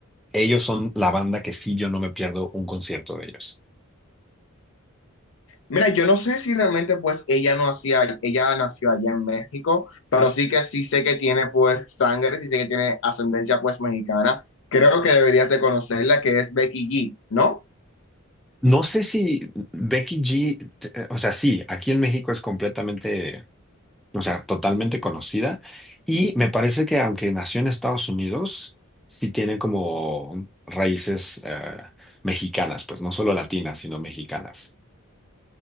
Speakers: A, in the centre; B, on the left (about 60°).
A: ellos son la banda que sí, yo no me pierdo un concierto de ellos.
B: Mira, yo no sé si realmente pues ella no hacía, ella nació allá en México, pero sí que sí sé que tiene pues sangre, sí sé que tiene ascendencia pues mexicana. Creo que deberías de conocerla, que es Becky G, ¿no?
A: No sé si Becky G, t- eh, o sea, sí, aquí en México es completamente o sea, totalmente conocida. Y me parece que aunque nació en Estados Unidos, sí tiene como raíces eh, mexicanas, pues no solo latinas, sino mexicanas.